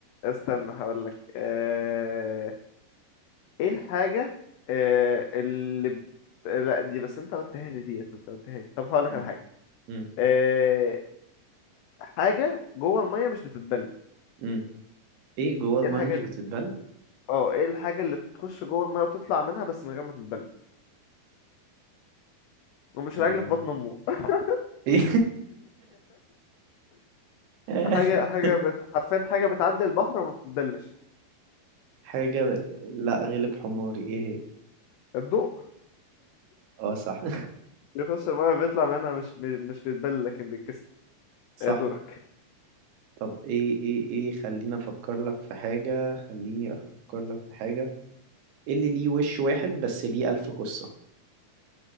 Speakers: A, on the left (about 85°); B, on the right (about 85°).
A: استنى هقول لك آه، ايه الحاجة آه، اللي ب- لا دي بس انت قلتها لي ديت انت قلتها لي طب هقول
B: مم.
A: لك على حاجة
B: مم.
A: آه، حاجة جوه المية مش بتتبل
B: مم. ايه جوه المايه
A: ايه الحاجة
B: مش
A: ال-
B: بتتبل
A: اه ايه الحاجة اللي تخش جوه المية وتطلع منها بس من غير ما تتبل ومش
B: آه،
A: العجل في بطن امه <laughs>
B: ايه <laughs>
A: حاجة حاجة بت... حرفيا حاجة بتعدي البحر وما بتتبلش
B: حاجة ب... لا غلب حماري ايه هي
A: الضوء
B: اه صح <laughs>
A: بيخش المية بيطلع منها مش بي- مش بيتبل لكن بيتكسر
B: صح
A: ايه دورك
B: طب ايه ايه ايه خليني افكر لك في حاجة خليني افكر لك في حاجة إيه اللي ليه وش واحد بس ليه ألف قصة